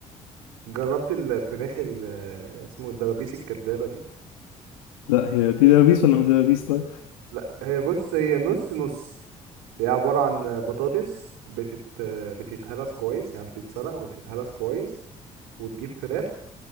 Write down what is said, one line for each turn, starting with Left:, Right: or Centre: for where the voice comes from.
Right: جربت الفراخ ال- اسمه الدبابيس الكدابه دي
Left: لا هي دي دبابيس ولا مش دبابيس طيب
Right: لا هي بص هي نص نص هي عباره عن بطاطس بتت بتتهرس كويس يعني بتتسلق وتتهرس كويس وتجيب فراخ